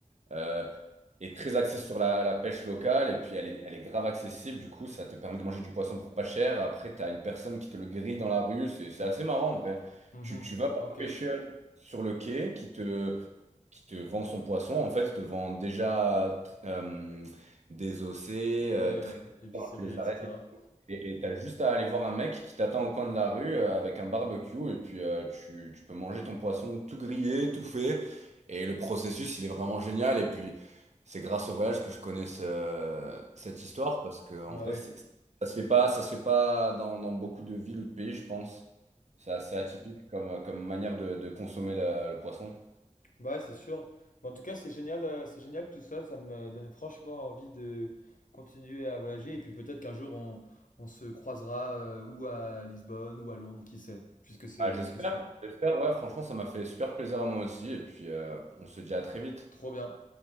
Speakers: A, on the right (about 60°); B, on the left (about 85°).
A: euh, est très axée sur la, la pêche locale et puis elle est, elle est grave accessible, du coup ça te permet de manger du poisson pour pas cher. Après, tu as une personne qui te le grille dans la rue, c'est c'est assez marrant en vrai.
B: Mhm.
A: Tu, tu vas voir
B: Ok.
A: un pêcheur
B: Ouais,
A: sur le quai qui te, qui te vend son poisson, en fait, il te le vend déjà euh, désossé,
B: ouais,
A: euh,
B: euh,
A: très
B: éviscéré,
A: les
B: etc.
A: arêtes. Et tu as juste à aller voir un mec qui t'attend au coin de la rue euh, avec un barbecue, et puis euh, tu, tu peux manger ton poisson tout grillé, tout fait. Et le processus, il est vraiment génial. Et puis, c'est grâce au voyage que je connais ce- cette histoire, parce que en
B: Bah
A: vrai,
B: ouais.
A: c'est- ça se fait pas, ça se fait pas dans, dans beaucoup de villes ou de pays, je pense. C'est assez atypique comme, comme manière de, de consommer la- le poisson.
B: Bah ouais, c'est sûr. Mais en tout cas, c'est génial, euh, c'est génial tout ça. Ça me donne franchement envie de continuer à voyager. Et puis peut-être qu'un jour on, on se croisera euh, ou à Lisbonne ou à Londres, qui sait, puisque c'est
A: Ah,
B: les
A: j'espère,
B: discussions.
A: j'espère, ouais, franchement, ça m'a fait super plaisir à moi aussi. Et puis, euh, on se dit à très vite.
B: Trop bien.